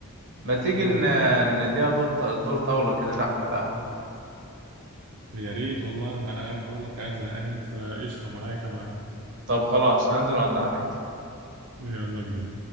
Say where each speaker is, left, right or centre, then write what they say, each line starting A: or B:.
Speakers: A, on the right (about 55°); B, on the right (about 75°).
A: ما تيجي
B: <laughs> مم.
A: ن- نديها دور الدور طاولة كده تحت على القهوة
B: يا ريت والله أنا قاعد بقول لك قاعد زهقان فقشطة معاك يا معلم
A: طب خلاص هنزل وعد عليك
B: يلا بينا